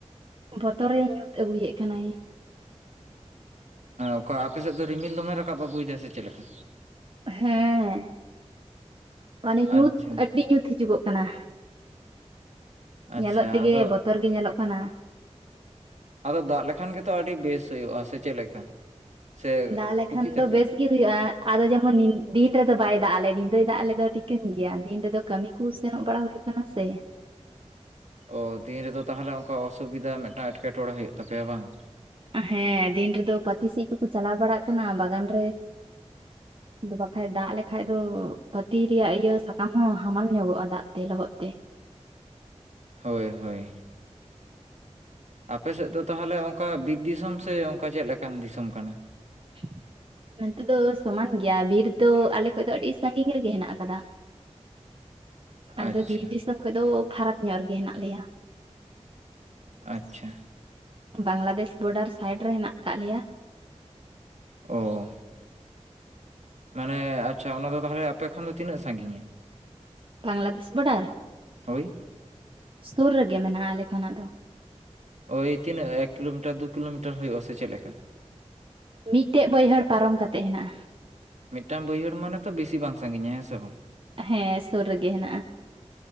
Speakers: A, on the right; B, on the right.
A: ᱵᱚᱛᱚᱨᱮ ᱧᱩᱛ ᱟᱹᱜᱩᱭᱮᱫ ᱠᱟᱱᱟᱭ
B: ᱚᱠᱟ ᱟᱯᱮ ᱥᱮᱫ ᱫᱚ ᱨᱤᱢᱤᱞ ᱫᱚᱢᱮ ᱨᱟᱠᱟᱵ ᱟᱹᱜᱩᱭᱮᱫᱟ ᱥᱮ ᱪᱮᱫ ᱞᱮᱠᱟ
A: ᱦᱮᱸ ᱢᱟᱱᱮ ᱧᱩᱛ
B: ᱟᱪᱪᱷᱟ
A: ᱟᱹᱰᱤ ᱧᱩᱛ ᱦᱤᱡᱩᱜᱚᱜ ᱠᱟᱱᱟ
B: ᱟᱪᱪᱷᱟ
A: ᱧᱮᱞᱚᱜ ᱛᱮᱜᱮ
B: ᱟᱫᱚ
A: ᱵᱚᱛᱚᱨ ᱜᱮ ᱧᱮᱞᱚᱜ ᱠᱟᱱᱟ᱾
B: ᱟᱫᱚ ᱫᱟᱜ ᱞᱮᱠᱷᱟᱱ ᱜᱮᱛᱚ ᱟᱹᱰᱤ ᱵᱮᱥ ᱦᱩᱭᱩᱜᱼᱟ ᱥᱮ ᱪᱮᱫ ᱞᱮᱠᱟ? ᱥᱮ
A: ᱫᱟᱜ ᱞᱮᱠᱷᱟᱱ
B: ᱠᱷᱩᱛᱤ ᱛᱟᱯᱮ?
A: ᱫᱚ ᱵᱮᱥ ᱜᱮ ᱦᱩᱭᱩᱜᱼᱟ ᱟᱫᱚ ᱡᱮᱢᱚᱱ ᱫᱤᱱ ᱨᱮᱫᱚ ᱵᱟᱭ ᱫᱟᱜ ᱟᱞᱮ ᱧᱤᱫᱟᱹᱭ ᱫᱟᱜ ᱟᱞᱮᱚ ᱴᱷᱤᱠᱟᱹᱱ ᱜᱮᱭᱟ ᱫᱤᱱ ᱨᱮᱫᱚ ᱠᱟᱹᱢᱤ ᱠᱩ ᱥᱮᱱᱚᱜ ᱵᱟᱲᱟ ᱦᱩᱭᱩᱜ ᱠᱟᱱᱟ ᱥᱮ
B: ᱚ ᱫᱤᱱ ᱨᱮᱫᱚ ᱛᱟᱦᱞᱮ ᱚᱱᱠᱟ ᱚᱥᱩᱵᱤᱫᱟ ᱢᱤᱫᱴᱟᱜ ᱮᱴᱠᱮᱴᱚᱬᱮ ᱦᱩᱭᱩᱜ ᱛᱟᱯᱮᱭᱟ ᱵᱟᱝ᱾
A: ᱦᱮᱸ ᱫᱤᱱ ᱨᱮᱫᱚ ᱯᱟᱹᱛᱤ ᱥᱤᱜ ᱠᱚᱠᱚ ᱪᱟᱞᱟᱣ ᱵᱟᱲᱟᱜ ᱠᱟᱱᱟ ᱵᱟᱜᱟᱱ ᱨᱮ ᱫᱚ ᱵᱟᱠᱷᱟᱡ ᱫᱟᱜ ᱞᱮᱠᱷᱟᱡ ᱫᱚ ᱯᱟᱹᱛᱤ ᱨᱮᱭᱟᱜ ᱤᱭᱟᱹ ᱥᱟᱠᱟᱢ ᱦᱚᱸ ᱦᱟᱢᱟᱞ ᱧᱚᱜᱚᱜᱼᱟ ᱫᱟᱜ ᱛᱮ ᱞᱚᱦᱚᱫ ᱛᱮ᱾
B: ᱦᱳᱭ ᱦᱳᱭ᱾ ᱟᱯᱮᱥᱮᱫ ᱫᱚ ᱛᱟᱦᱚᱞᱮ ᱚᱱᱠᱟ ᱵᱤᱨ ᱫᱤᱥᱚᱢ ᱥᱮ ᱚᱱᱠᱟ ᱪᱮᱫ ᱞᱮᱠᱟᱱ ᱫᱤᱥᱚᱢ ᱠᱟᱱᱟ
A: <inaudible> ᱱᱚᱱᱛᱮ ᱫᱚ ᱥᱚᱢᱟᱱ ᱜᱮᱭᱟ ᱵᱤᱨ ᱫᱚ ᱟᱞᱮ ᱠᱷᱚᱡ ᱫᱚ ᱟᱹᱰᱤ ᱥᱟᱺᱜᱤᱧ ᱨᱮᱜᱮ ᱦᱮᱱᱟᱜ ᱟᱠᱟᱫᱟ ᱟᱞᱮ
B: ᱟᱪᱪᱷᱟ
A: ᱫᱚ ᱵᱤᱨ ᱫᱤᱥᱚᱢ ᱠᱷᱚᱡ ᱫᱚ ᱯᱷᱟᱨᱟᱠ ᱧᱚᱜ ᱨᱮᱜᱮ ᱦᱮᱱᱟᱜ ᱞᱮᱭᱟ
B: ᱟᱪᱷᱟ
A: ᱵᱟᱝᱞᱟᱫᱮᱥ ᱵᱚᱰᱟᱨ ᱥᱟᱭᱤᱰ ᱨᱮ ᱦᱮᱱᱟᱜ ᱟᱠᱟᱫ ᱞᱮᱭᱟ
B: ᱚᱻ ᱢᱟᱱᱮ ᱟᱪᱪᱷᱟ ᱚᱱᱟ ᱫᱚ ᱛᱟᱦᱮᱞᱮ ᱟᱯᱮ ᱠᱷᱚᱱ ᱫᱚ ᱛᱤᱱᱟᱹᱜ ᱥᱟᱺᱜᱤᱧᱟ?
A: ᱵᱟᱝᱞᱟᱫᱮᱥ ᱵᱚᱰᱟᱨ
B: ᱦᱳᱭ
A: ᱥᱩᱨ ᱨᱮᱜᱮ ᱢᱮᱱᱮ ᱟᱞᱮ ᱠᱷᱚᱱᱟᱜ ᱫᱚ᱾
B: ᱳᱭ ᱛᱤᱱᱟᱹᱜ ᱮᱠ ᱠᱤᱞᱳᱢᱤᱴᱟᱨ ᱫᱩ ᱠᱤᱞᱳᱢᱤᱴᱟᱨ ᱦᱩᱭᱩᱜ-ᱟ ᱥᱮ ᱪᱮᱫ ᱞᱮᱠᱟ?
A: ᱢᱤᱫᱴᱮᱡ ᱵᱟᱹᱭᱦᱟᱹᱲ ᱯᱟᱨᱚᱢ ᱠᱟᱛᱮᱜ ᱦᱮᱱᱟᱜᱼᱟ᱾
B: ᱢᱤᱫᱴᱟᱝ ᱵᱟᱹᱭᱦᱟᱹᱲ ᱢᱟᱱᱮ ᱛᱚ ᱵᱤᱥᱤ ᱵᱟᱝ ᱥᱟᱺᱜᱤᱧᱟ ᱦᱮᱸ ᱥᱮ ᱵᱟᱝ?
A: ᱦᱮᱸ ᱥᱩᱨ ᱨᱮᱜᱮ ᱦᱮᱱᱟᱜ-ᱟ᱾